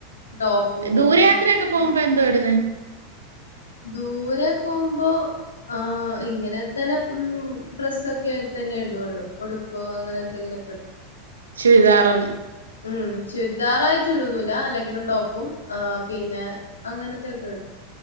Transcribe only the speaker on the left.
ടോപ്പും ഇതൊക്കെ
ദൂരെ പോമ്പോ ആ ഇങ്ങനെ തന്നെ ഉം ഡ്രസ്സൊക്കെ തന്നെ ഇടുള്ളൂ. ഉടുപ്പോ അങ്ങനെ എന്തെങ്കിലൊക്കെ ഇ
ഉം ചുരിദാറായിട്ട് ഇടുന്നുല്ല അല്ലെങ്കിലും ടോപ്പും ആ പിന്നെ അങ്ങനത്തെക്കെടും